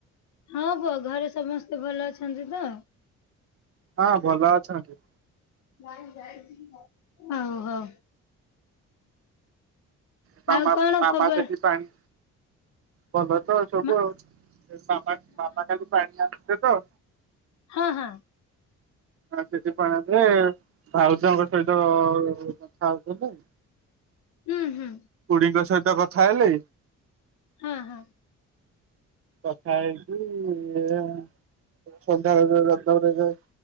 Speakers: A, on the left; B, on the right.
A: ହଁ ପୁଅ ଘରେ ସମସ୍ତେ ଭଲ ଅଛନ୍ତି ତ?
B: ହଁ ଭଲ ଅଛନ୍ତି।
A: <unintelligible> ଅ ହଉ।
B: <unintelligible>
A: ଆଉ କଣ ଖବର?
B: ସେଠୀ ପାଣି ଭଲ ତ ସବୁ
A: ମା
B: ଆଉ ବାମା ମାମା କାଲି ପାଣି ଢାଳିଥିଲେ ତ
A: ହଁ ହଁ।
B: <unintelligible> ପାଣିରେ ଭାଉଜଙ୍କ ସହିତ କଥା ହଉଥିଲେ।
A: ହୁଁ ହୁଁ।
B: ଖୁଡିଙ୍କ ସହିତ କଥା ହେଲି।
A: ହଁ ହଁ।
B: କଥା ହେଇକି ସନ୍ଧ୍ୟା। <unintelligible>